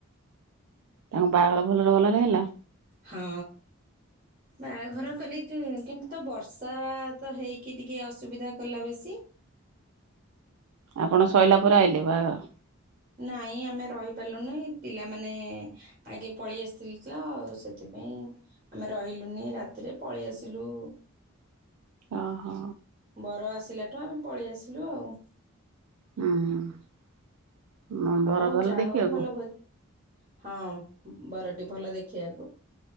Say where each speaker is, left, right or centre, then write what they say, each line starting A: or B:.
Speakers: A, on the right (about 90°); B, on the right (about 35°).
A: ତାଙ୍କ ବାହାଘର ଭଲରେ ଭଲରେ ହେଲା।
B: ହଁ। ବାହାଘର କଲେ ତୁ କିନ୍ତୁ ତ ବର୍ଷା ତ ହେଇକି ଟିକେ ଅସୁବିଧା କଲା ବେଶୀ।
A: ଆପଣ ସରିଲା ପରେ ଆଇଲେ ବାହାଘର।
B: ନାହିଁ ଆମେ ରହିପାରିଲୁନି ପିଲାମାନେ। ଆଗେ ପଳେଇ ଆସିଥିଲି ତ ଆଉ ସେଥିପାଇଁ। ଆମେ ରହିଲୁନି ରାତିରେ ପଳେଇ ଆସିଲୁ।
A: ଓହୋ।
B: ବର ଆସିଲାଠୁ ଆମେ ପଳେଇ ଆସିଲୁ ଆଉ।
A: ହୁଁ ହୁଁ ମଁ
B: ହଉ
A: ବର ଭଲ
B: ଯାହା
A: ଦେଖିବାକୁ?
B: ହଉ ଭଲ ଭୋ ହଁ ବରଟି ଭଲ ଦେଖିବାକୁ